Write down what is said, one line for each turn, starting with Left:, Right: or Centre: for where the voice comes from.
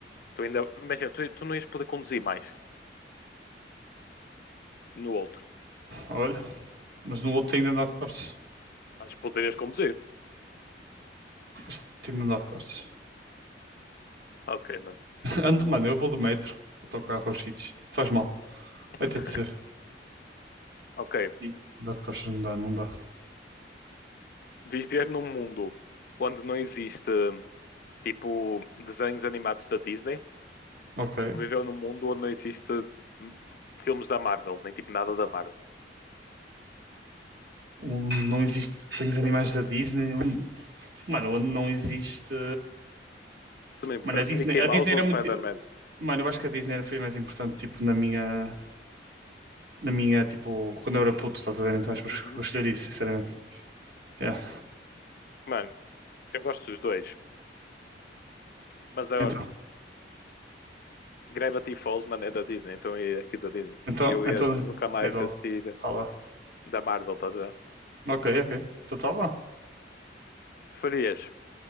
Left: tu ainda. Imagina, tu, tu não ias poder conduzir mais no outro.
Right: Olha, mas no outro tem de andar de costas.
Left: Mas poderias conduzir.
Right: Este Tem de andar de costas.
Left: Ok, mano.
Right: <laughs> Ando, mano, eu vou de metro, autocarro aos sítios. Faz mal,
Left: <laughs>
Right: vai ter de ser.
Left: Ok.
Right: Sim. Dá de costas, não dá, não dá.
Left: Viver num mundo onde não existe tipo desenhos animados da Disney.
Right: Ok.
Left: Viver num mundo onde não existe hum, filmes da Marvel, nem tipo nada da Marvel.
Right: Onde não existe desenhos animais da Disney. onde- Mano, onde não existe.
Left: Também preferes
Right: Mano, a Disney,
Left: Mickey
Right: a
Left: Mouse
Right: Disney
Left: ou
Right: era
Left: Spider-Man?
Right: muito. Mano, eu acho que a Disney foi mais importante, tipo, na minha. Na minha, tipo, quando eu era puto, estás a ver? Então acho que vou
Left: Uhum.
Right: es- vou escolher isso, sinceramente. Yeah.
Left: Mano, eu gosto dos dois. Mas agora,
Right: Então,
Left: Gravity Falls, mano, é da Disney, então é aqui da Disney.
Right: então,
Left: Eu
Right: então.
Left: ia nunca mais
Right: É do.
Left: assistir
Right: Tá lá.
Left: da Marvel, estás a ver?
Right: Ok, ok. Então tá lá.
Left: Preferias